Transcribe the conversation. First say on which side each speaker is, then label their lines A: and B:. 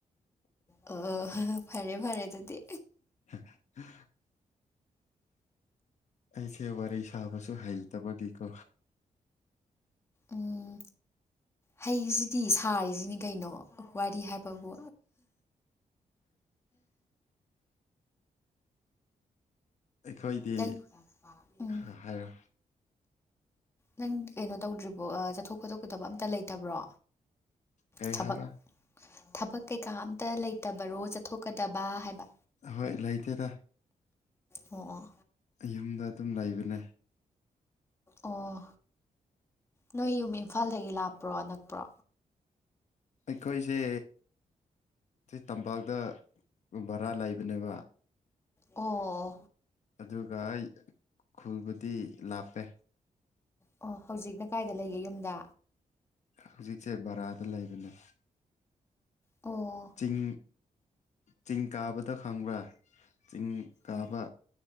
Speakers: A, on the left; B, on the left.
A: ꯑꯣ ꯐꯔꯦ ꯐꯔꯦ ꯑꯗꯨꯗꯤ
B: <inaudible> ꯑꯩꯁꯦ ꯋꯥꯔꯤ ꯁꯥꯕꯁꯨ ꯍꯩꯇꯕꯒꯤꯀꯣ
A: ꯎꯝ ꯍꯩꯁꯤꯗꯤ ꯁꯥꯔꯤꯁꯤꯅꯤ ꯀꯩꯅꯣ ꯋꯥꯔꯤ ꯍꯥꯏꯕꯕꯨ
B: ꯑꯩꯈꯣꯏꯗꯤ
A: ꯅꯪ ꯎꯝ
B: ꯑ ꯍꯥꯏꯔꯣ
A: ꯅꯪ ꯀꯩꯅꯣ ꯇꯧꯗ꯭ꯔꯤꯕꯣ ꯆꯠꯊꯣꯛ ꯈꯣꯠꯇꯣꯛꯀꯗꯕ ꯑꯝꯇ ꯂꯩꯇꯕ꯭ꯔꯣ
B: ꯀꯩ
A: ꯊꯕꯛ
B: ꯍꯥꯏꯕ
A: ꯊꯕꯛ ꯀꯩꯀꯥ ꯑꯝꯇ ꯂꯩꯇꯕꯔꯣ ꯆꯠꯊꯣꯛꯀꯗꯕ ꯍꯥꯏꯕ
B: ꯑꯍꯣꯏ ꯂꯩꯇꯦꯗ
A: ꯑꯣ ꯑꯣ
B: ꯌꯨꯝꯗ ꯑꯗꯨꯝ ꯂꯩꯕꯅꯦ
A: ꯑꯣ ꯅꯣꯏ ꯌꯨꯝ ꯏꯝꯐꯥꯜꯗꯒꯤ ꯂꯥꯛꯄ꯭ꯔꯣ ꯑꯅꯛꯄ꯭ꯔꯣ
B: ꯑꯩꯈꯣꯏꯁꯦ ꯁꯤ ꯇꯝꯄꯥꯛꯇ ꯕꯔꯥ ꯂꯩꯕꯅꯦꯕ
A: ꯑꯣ
B: ꯑꯗꯨꯒ ꯑꯩ ꯈꯨꯜꯕꯨꯗꯤ ꯂꯥꯞꯄꯦ
A: ꯑꯣ ꯍꯧꯖꯤꯛꯅ ꯀꯥꯏꯗ ꯂꯩꯒꯦ ꯌꯨꯝꯗ
B: ꯍꯧꯖꯤꯛꯁꯦ ꯕꯔꯥꯗ ꯂꯩꯕꯅꯦ
A: ꯑꯣ
B: ꯆꯤꯡ ꯆꯤꯡ ꯀꯥꯕꯗ ꯈꯪꯕ꯭ꯔꯥ ꯆꯤꯡ ꯀꯥꯕ
A: ꯎꯝ